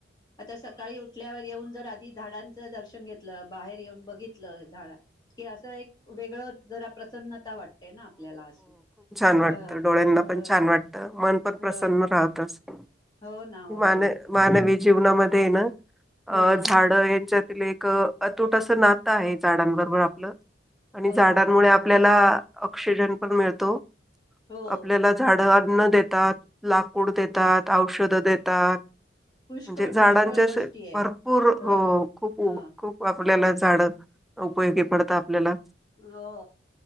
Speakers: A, on the left; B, in the centre.
A: आता सकाळी उठल्यावर येऊन जर आधी झाडांचं दर्शन घेतलं, बाहेर येऊन बघितलं झाडा कि असं एक वेगळं जरा प्रसन्नता वाटते ना आपल्याला अशी.
B: वाटत
A: ह
B: डोळ्यांना
A: ह
B: पण छान वाटत, मन पण प्रसन्न
A: ह
B: राहत असं
A: हो ना हो
B: मान
A: हो
B: मानवी जीवनामध्ये ये ना अ
A: हा
B: झाडं याच्यात तिल एक अतूट असं नातं आहे झाडांबरोबर आपलं. आणि
A: हो
B: झाडांमुळे आपल्याला ऑक्सिजन पण मिळतो
A: हो
B: आपल्याला झाड अन्न देतात, लाकूड देतात,
A: ह
B: औषधं देतात.
A: पुष्कळ
B: म्हणजे झाडांचे
A: पुष्कळ
B: असे
A: गोष्टी आहे
B: भरपूर
A: ह
B: हो खूप,
A: ह
B: खूप. आपरल्याला झाड उपयोगी पडता आपल्याला.
A: हो!